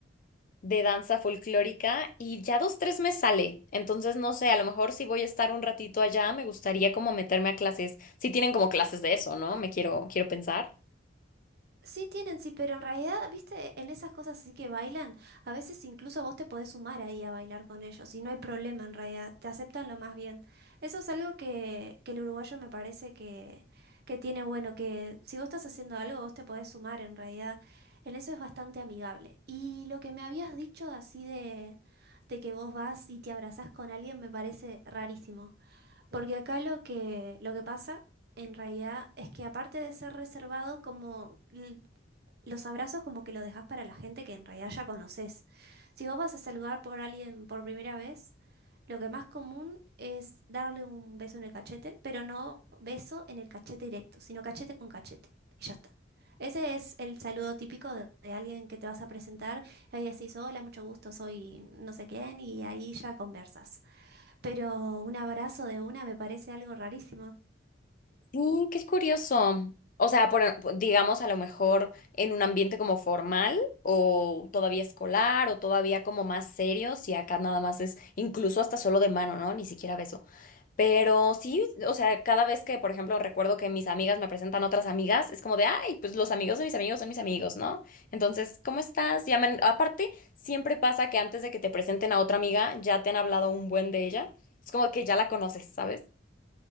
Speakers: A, on the left; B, on the right.
A: de danza folclórica y ya dos, tres me sale. Entonces, no sé, a lo mejor si voy a estar un ratito allá, me gustaría como meterme a clases. Si tienen como clases de eso, ¿no? Me quiero, quiero pensar.
B: Sí tienen, sí, pero en realidad, viste, en esas cosas así que bailan, a veces incluso vos te podés sumar ahí a bailar con ellos y no hay problema en realidad, te aceptan lo más bien. Eso es algo que, que el uruguayo me parece que, que tiene bueno, que si vos estás haciendo algo, vos te podés sumar en realidad. En eso es bastante amigable. Y lo que me habías dicho así de, de que vos vas y te abrazás con alguien me parece rarísimo. Porque acá lo que, lo que pasa en realidad es que aparte de ser reservado, como l- los abrazos como que lo dejas para la gente que en realidad ya conoces. Si vos vas a saludar por alguien por primera vez, lo que más común es darle un beso en el cachete, pero no beso en el cachete directo, sino cachete con cachete. Y ya está. Ese es el saludo típico de, de alguien que te vas a presentar Ahí decís, hola, mucho gusto, soy no sé quién, y ahí ya conversas. Pero un abrazo de una me parece algo rarísimo.
A: Sí, qué curioso. O sea, por, digamos, a lo mejor en un ambiente como formal o todavía escolar o todavía como más serio, si acá nada más es incluso hasta solo de mano, ¿no? Ni siquiera beso. Pero sí, o sea, cada vez que, por ejemplo, recuerdo que mis amigas me presentan otras amigas, es como de, ay, pues los amigos de mis amigos son mis amigos, ¿no? Entonces, ¿cómo estás? Llaman. Aparte, siempre pasa que antes de que te presenten a otra amiga, ya te han hablado un buen de ella. Es como que ya la conoces, ¿sabes?